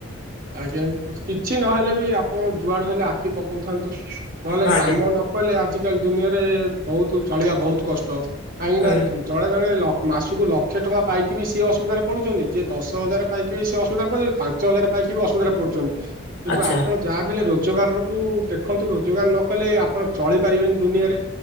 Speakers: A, on the right; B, on the left.
A: ଆଜ୍ଞା କିଛି ନହେଲେ ବି ଆପଣ ଯୁଆଡୁ ହେଲେ ଆଖି ପକଉଥାନ୍ତୁ ନହେଲେ
B: ହଁ ଆଜ୍ଞା
A: କାମ ନ କରଲେ ଆଜିକାଲି ଦୁନିଆରେ ବହୁତ ଚଳିବା ବହୁତ କଷ୍ଟ କାହିଁକିନା
B: ଆଜ୍ଞା।
A: ଜଣେ ଜଣେ ଲକ୍ ମାସକୁ ଲକ୍ଷେ ଟଙ୍କା ପାଇକି ବି ସିଏ ଅସୁବିଧାରେ ପଡୁଛନ୍ତି। ଯିଏ ଦଶ ହଜାର ପାଇକି ବି ସେ ଅସୁବିଧାରେ ପଡୁଛନ୍ତି। ପାଞ୍ଚ ହଜାର ପାଇକି ବି ଅସୁବିଧାରେ ପଡୁଛନ୍ତି। କିନ୍ତୁ
B: ଆଚ୍ଛା
A: ଆପଣ ଯାହା ବି ହେଲେ ରୋଜଗାରକୁ ଦେଖନ୍ତୁ ରୋଜଗାର ନ କଲେ ଆପଣ ଚଳିପାରିବେନି ଦୁନିଆରେ